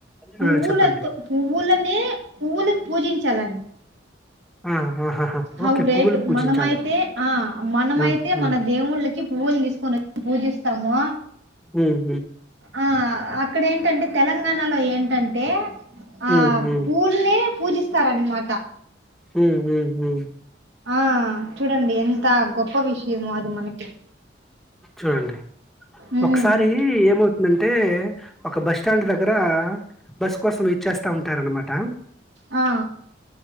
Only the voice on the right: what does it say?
పువ్వులతో
పువ్వులనే పువ్వులకి పూజించ చలన్
హౌ
గ్రైట్
మనమైతే ఆ మనమైతే
మన దేవుళ్ళకి పువ్వులు తీసుకొని పూజిస్తస్తాము
ఆ అక్కడ ఏంటంటే తెలంగాణలో ఏంటంటే ఆ
పూల్నే పూజిస్తారన్నమాట
ఆ చూడండి ఎంత గొప్ప విషయమో అది మనకి
ఉమ్
ఆ